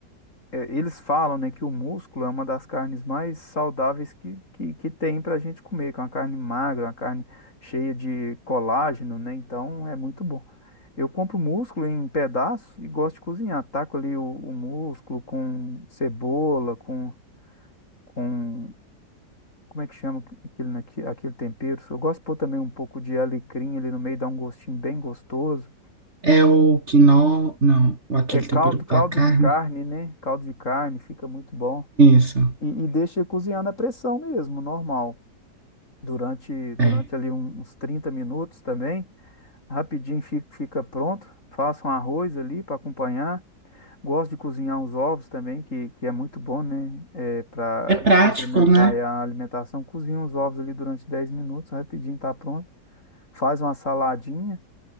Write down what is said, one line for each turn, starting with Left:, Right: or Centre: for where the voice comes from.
Left: é, eles falam, né, que o músculo é uma das carnes mais saudáveis que, que, que tem para a gente comer, que é uma carne magra, uma carne cheia de colágeno, né? Então é muito bom. Eu compro músculo em pedaços e gosto de cozinhar. Taco ali o, o músculo com cebola, com, com. Como é que chama aquele, naque- aquele tempero? Eu gosto de pôr também um pouco de alecrim ali no meio, dá um gostinho bem gostoso.
Right: É o quinó, não, o aquele
Left: É caldo,
Right: tempero
Left: caldo
Right: para carne.
Left: de carne, né? Caldo de carne, fica muito bom.
Right: Isso,
Left: e, e deixa ele cozinhar na pressão mesmo, normal. Durante, durante
Right: é.
Left: ali um- uns 30 minutos também, rapidinho fica, fica pronto. Faça um arroz ali para acompanhar. Gosto de cozinhar uns ovos também, que, que é muito bom, né? É, para
Right: É prático,
Left: complementar
Right: né?
Left: aí a alimentação. Cozinha uns ovos ali durante 10 minutos, rapidinho tá pronto. Faz uma saladinha